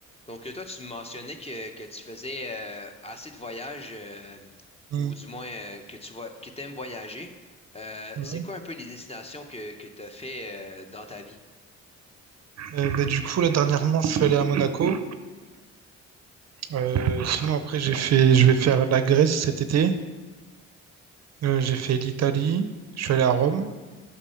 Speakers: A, on the left (about 20°); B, on the right (about 60°).
A: Donc, euh, toi, tu me mentionnais que, que tu faisais euh, assez de voyages, euh,
B: Mm.
A: ou du moins euh, que tu vois, que t'aimes voyager. Euh,
B: Ouais.
A: c'est quoi un peu les destinations que, que tu as fait euh, dans ta vie?
B: Euh, bah, du coup, là, dernièrement, je suis allé à Monaco. Euh, sinon, après, j'ai fait, je vais faire la Grèce cet été. Euh, j'ai fait l'Italie. Je suis allé à Rome.